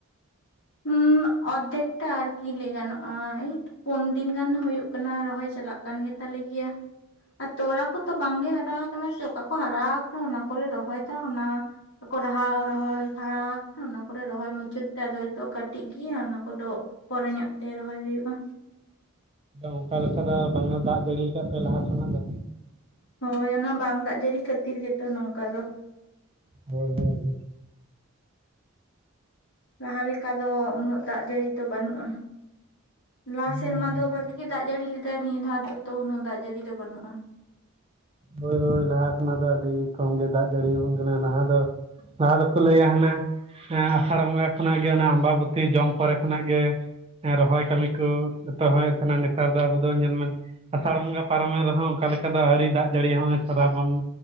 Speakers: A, on the left (about 55°); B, on the right (about 25°).
A: ᱦᱩᱸ ᱚᱨᱫᱷᱮᱠ ᱴᱟ ᱟᱨᱠᱤ ᱞᱟᱹᱭ ᱜᱟᱱᱚᱜᱼᱟ ᱮᱭᱤᱴ᱾ ᱯᱳᱱ ᱫᱤᱱ ᱜᱟᱱ ᱦᱳᱭᱳᱜ ᱠᱟᱱᱟ ᱨᱚᱦᱚᱭ ᱪᱟᱞᱟ ᱠᱟᱱ ᱜᱮᱛᱟᱞᱮᱜᱮᱭᱟ᱾ ᱟᱨ ᱛᱚᱲᱟ ᱠᱚᱛᱚ ᱵᱟᱝᱜᱮ ᱦᱟᱨᱟ ᱟᱠᱟᱱᱟ ᱥᱮ ᱚᱠᱟ ᱠᱚ ᱦᱟᱨᱟ ᱟᱠᱟᱱᱟ ᱚᱱᱟ ᱠᱚᱞᱮ ᱨᱚᱦᱚᱭ ᱫᱟ ᱚᱱᱟ ᱠᱚ ᱠᱚ ᱨᱟᱦᱟᱣ ᱨᱚᱦᱚᱭ ᱦᱟᱨᱟ ᱟᱠᱟᱱᱟ ᱚᱱᱟ ᱠᱚ ᱨᱚᱦᱚᱭ ᱢᱩᱪᱟᱹᱫ ᱛᱮ ᱟᱫᱚ ᱛᱚ ᱠᱟᱹᱴᱤᱡ ᱜᱮᱭᱟ ᱚᱱᱟ ᱠᱚᱫᱚ ᱯᱚᱨᱮ ᱧᱚᱜ ᱛᱮ ᱨᱚᱦᱚᱭ ᱦᱳᱭᱳᱜᱼᱟ᱾
B: ᱚᱱᱠᱟ ᱞᱮᱠᱟ ᱫᱚ ᱵᱟᱝᱮ ᱫᱟᱜ ᱡᱟᱹᱲᱤᱭᱟᱠᱟᱫ ᱛᱮ ᱞᱟᱦᱟ ᱠᱷᱚᱱᱟᱜ ᱫᱚ᱾
A: ᱦᱳᱭ ᱚᱱᱟ ᱵᱟᱝ ᱫᱟᱜ ᱡᱟᱹᱲᱤ ᱠᱷᱟᱹᱛᱤᱨ ᱜᱮᱛᱚ ᱱᱚᱝᱠᱟ ᱫᱚ᱾
B: ᱦᱳᱭ ᱦᱳᱭ ᱦᱳᱭ᱾
A: ᱞᱟᱦᱟ ᱞᱮᱠᱟ ᱫᱚ ᱩᱱᱟᱹᱜ ᱫᱟᱜ ᱡᱟᱹᱲᱤ ᱫᱚ ᱵᱟᱹᱱᱩᱜᱼᱟ,
B: ᱦᱳᱭ
A: ᱞᱟᱦᱟ ᱥᱮᱨᱢᱟ ᱫᱚ ᱵᱷᱟᱜᱤ ᱜᱮ ᱫᱟᱜ ᱡᱟᱹᱲᱤ ᱞᱮᱫᱟᱭ ᱱᱤᱭᱟᱹ ᱫᱷᱟᱣ ᱫᱚ ᱛᱚ ᱩᱱᱟᱹᱜ ᱫᱟᱜ ᱡᱟᱹᱲᱤ ᱫᱚ ᱵᱟᱹᱱᱩᱜ-ᱟ᱾
B: ᱦᱳᱭ ᱦᱳᱭ ᱞᱟᱦᱟ ᱠᱷᱚᱱᱟᱜ ᱫᱚ ᱟᱹᱰᱤ ᱠᱚᱢ ᱜᱮ ᱫᱟᱜ ᱡᱟᱹᱲᱤ ᱟᱵᱚᱱ ᱠᱟᱱᱟ ᱞᱟᱦᱟ ᱫᱚ ᱞᱟᱦᱟ ᱫᱚᱠᱚ ᱞᱟᱹᱭᱟ ᱦᱟᱱᱟ ᱦᱮᱸ ᱟᱥᱟᱲ ᱵᱚᱸᱜᱟ ᱠᱷᱚᱱᱟᱜ ᱜᱮ ᱚᱱᱮ ᱟᱢᱵᱟᱵᱚᱛᱤ ᱡᱚᱢ ᱯᱚᱨ ᱠᱷᱚᱱᱟᱜ ᱜᱮ, ᱦᱮᱸ ᱨᱚᱦᱚᱭ ᱠᱟᱹᱢᱤ ᱠᱚ, ᱡᱚᱛᱚ ᱨᱚᱦᱚᱭᱮ ᱛᱟᱦᱮᱸᱱᱟ ᱱᱮᱛᱟᱨ ᱫᱚ ᱟᱵᱚ ᱫᱚ ᱧᱮᱞ ᱢᱮ ᱟᱥᱟᱲ ᱵᱚᱸᱜᱟ ᱯᱟᱨᱚᱢᱮᱱ ᱨᱮᱦᱚᱸ ᱚᱱᱠᱟ ᱞᱮᱠᱟ ᱫᱚ ᱟᱹᱣᱨᱤ ᱫᱟᱜ ᱡᱟᱹᱲᱤ ᱦᱚᱸ ᱥᱨᱟᱵᱚᱱ